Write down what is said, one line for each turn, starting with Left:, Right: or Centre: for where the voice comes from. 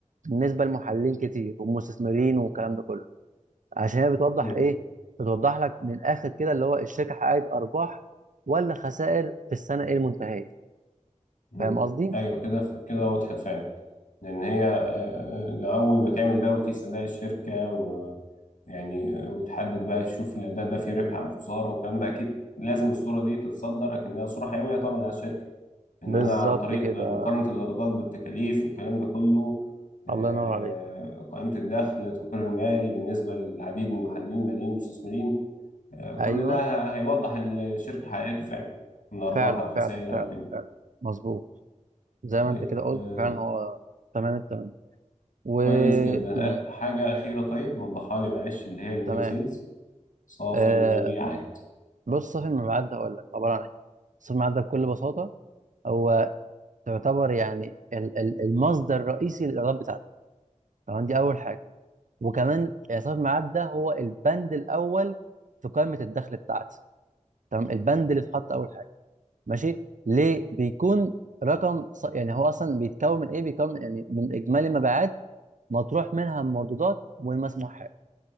Right: بالنسبه لمحللين كتير ومستثمرين والكلام ده كله عشان هي بتوضح
Left: مم.
Right: ايه بتوضح لك من الاخر كده اللي هو الشركه حققت ارباح ولا خسائر في السنه ايه المنتهيه
Left: مم.
Right: فاهم قصدي
Left: ايوه كده كده وضحت فعلا لان هي آه، آه، لأول ما تعمل ده وتقيس أداء الشركة ويعني آه، وتحدد بقى تشوف الأداء ده فيه ربح أو خسارة والكلام ده أكيد لازم الصورة دي تتصدر أكنها صورة حيوية طبعا على الشركة ان
Right: بالظبط
Left: انا عن طريق
Right: كده
Left: مقارنة الايرادات بالتكاليف والكلام ده كله آه،
Right: الله ينور عليك
Left: قائمة الدخل التقرير المالي بالنسبة للعديد من المحللين الماليين والمستثمرين آه، كل
Right: ايوه
Left: ده ه- هيوضح الشركة حققته فعلا من أرباحها
Right: فعلا
Left: وخسائر
Right: فعلا فعلا
Left: أو كده
Right: فعلا مظبوط زي
Left: طيب
Right: ما انت كده قلت
Left: آه،
Right: فعلا هو تمام التمام و
Left: كويس جدا
Right: مم.
Left: آه، حاجة أخيرة طيب وضحها لي معلش اللي هي النت
Right: تمام
Left: سيلز صافي
Right: آه
Left: المبيعات
Right: بص صافي المبيعات ده هقول لك عباره عن ايه صافي المبيعات ده بكل بساطه هو تعتبر يعني ال- ال- المصدر الرئيسي للايرادات بتاعتك تمام دي اول حاجه وكمان آه، صافي المبيعات ده هو البند الاول في قائمه الدخل بتاعتي تمام البند اللي اتحط اول حاجه ماشي ليه بيكون رقم ص... يعني هو اصلا بيتكون من ايه بيكون يعني من اجمالي المبيعات مطروح منها المردودات والمسموحات